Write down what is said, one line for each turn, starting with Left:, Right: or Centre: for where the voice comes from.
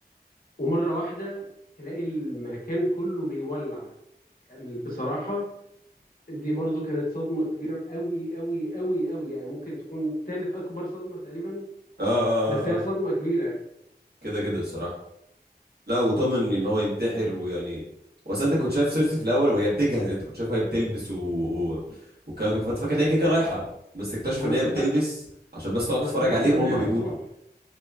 Left: ومره واحده تلاقي المكان كله بيولع يعني بصراحه دي برضو كانت صدمه كبيره قوي قوي قوي قوي يعني ممكن تكون تالت اكبر صدمه تقريبا
Right: اه اه
Left: بس هي
Right: اه
Left: صدمه كبيره
Right: كده كده الصراحه لا وطمن ان هو ينتحر ويعني بس انت كنت شايف سيرسي في الاول وهي بتجهز يعني انت كنت شايف وهي بتلبس و... و- والكلام ده كنت فاكر ان هي كيكه رايحه بس اكتشف
Left: انا
Right: ان
Left: افتكر
Right: هي بتلبس عشان بس تقعد
Left: انا
Right: تتفرج
Left: افتكرت
Right: عليهم
Left: ان
Right: وهم
Left: هي
Right: بيموتوا
Left: هتروح